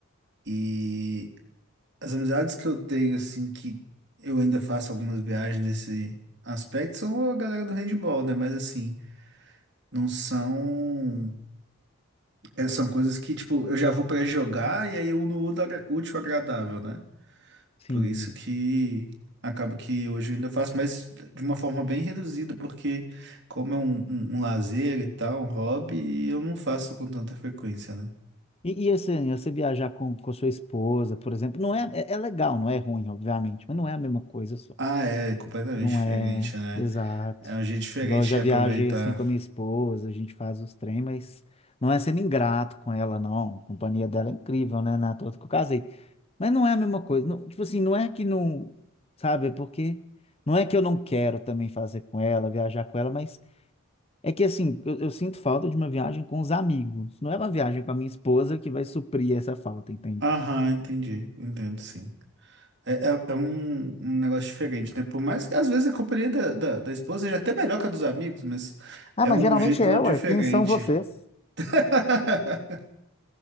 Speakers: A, on the right; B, on the left.
A: E as amizades que eu tenho, assim, que eu ainda faço algumas viagens nesse aspecto, são a galera do handball, né? Mas assim, não são. É, são coisas que, tipo, eu já vou pra jogar e aí eu uno o útil agra- útil ao agradável, né?
B: Sim.
A: Por isso que acaba que hoje eu ainda faço, mas de uma forma bem reduzida, porque como é um, um, um lazer e tal, um hobby, eu não faço com tanta frequência, né?
B: E, e assim, você viajar com, com a sua esposa, por exemplo, não é, é, é legal, não é ruim, obviamente, mas não é a mesma coisa.
A: Ah, é completamente
B: Não
A: diferente,
B: é,
A: né?
B: exato.
A: É um jeito diferente
B: Igual eu já
A: de aproveitar.
B: viajei assim com a minha esposa, a gente faz os trem, mas não é sendo ingrato com ela, não. A companhia dela é incrível, né? Na toa que eu casei. Mas não é a mesma coisa. Não- tipo assim, não é que não, sabe? É Porque não é que eu não quero também fazer com ela, viajar com ela, mas é que assim, eu, eu sinto falta de uma viagem com os amigos. Não é uma viagem com a minha esposa que vai suprir essa falta, entende?
A: Aham, entendi. Entendo, sim. É, é, é um, um negócio diferente, né? Por mais que às vezes a companhia da, da, da esposa seja até melhor que a dos amigos, mas
B: Ah,
A: é
B: mas
A: um
B: geralmente
A: jeito
B: é,
A: diferente.
B: ué. Quem são vocês?
A: <laughs>